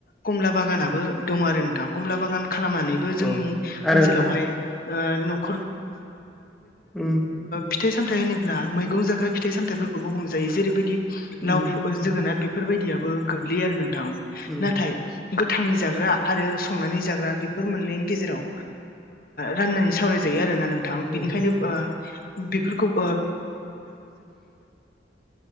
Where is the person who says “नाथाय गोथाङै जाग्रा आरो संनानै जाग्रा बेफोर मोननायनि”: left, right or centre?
Left